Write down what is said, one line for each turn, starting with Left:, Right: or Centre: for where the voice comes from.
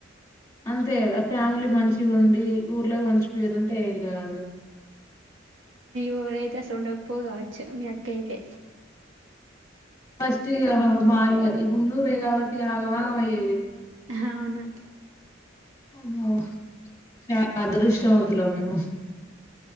Left: అంతే కదా ఫ్యామిలీ మంచిగా ఉండి ఊర్లోకి మంచి పేరుంటే ఏం గాదు
Right: పోరైతే అసలు ఉండకపోవు కావచ్చు మీ అక్క అయితే
Left: ఫస్ట్ ఇగ మాయ ఇగ ఉన్నూ రే కావట్టి ఇగ ఆగమాగం అయ్యేది.
Right: అవును
Left: అమో చానా అదృష్టవంతులం మేము